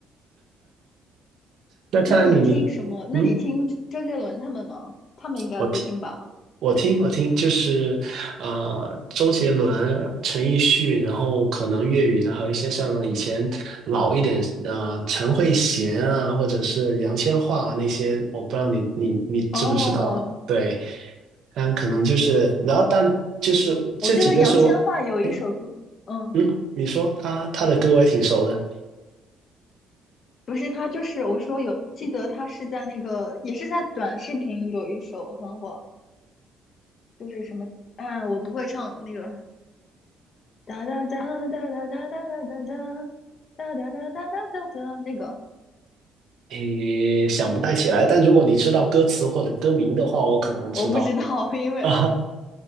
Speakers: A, on the right; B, on the left.
A: 那看来你你嗯。
B: 那你听什么？那你听周杰伦他们吗？他们应该会听吧？
A: 我听，我听，我听，就是呃，周杰伦、陈奕迅，然后可能粤语的，还有一些像以前老一点，呃，陈慧娴啊，或者是杨千嬅啊那些，我不知道你你你知不知道？
B: 哦，嗯
A: 对，嗯，可能就是，然后但就是这几个是我，
B: 我记得杨千嬅有一首歌，
A: 哎，
B: 嗯，
A: 嗯，你说他他的歌我也挺熟的，
B: 不是他，就是我说有，记得他是在那个，也是在短视频有一首很火，就是什么啊，我不会唱那个哒哒哒哒哒哒哒哒哒哒哒哒哒哒哒哒哒，那个
A: 诶，想不太起来，但如果你知道歌词或者歌名的话，我可能知道。
B: 我不知道，<laughs> 因为
A: <laughs> 啊，